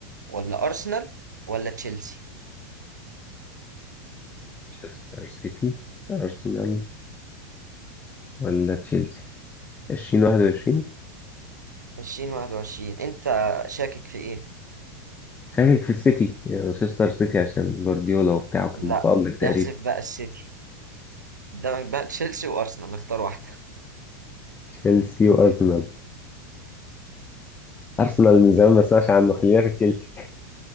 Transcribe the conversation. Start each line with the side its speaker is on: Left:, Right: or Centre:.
Right: ولا ارسنال ولا تشيلسي
Left: مانشستر سيتي ارسنال ولا تشيلسي 2021
Right: 2021 انت شاكك في ايه
Left: شاكك في السيتي يعني مانشستر سيتي عشان جوارديولا وبتاعه كان
Right: لا
Left: متألق تقريبا
Right: احذف بقى السيتي قدامك بقى تشيلسي وارسنال اختار واحدة
Left: تشيلسي وارسنال ارسنال من زمان ما اسمعش عنه خلينا في تشيلسي